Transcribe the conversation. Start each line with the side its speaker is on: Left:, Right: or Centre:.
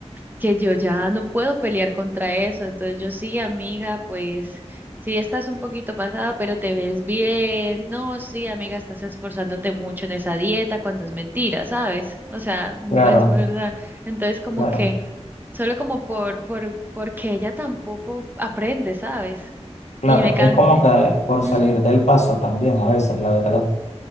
Right: que yo ya no puedo pelear contra eso. Entonces yo sí, amiga, pues sí estás un poquito pasada, pero te ves bien. No, sí, amiga, estás esforzándote mucho en esa dieta cuando es mentira, ¿sabes? O sea, no
Left: Claro.
Right: es verdad. Entonces como
Left: Claro,
Right: que solo como por, por, porque ella tampoco aprende, ¿sabes?
Left: claro,
Right: Y me cansé.
Left: es como que por
Right: Ujú.
Left: salir del paso también a veces, la verdad.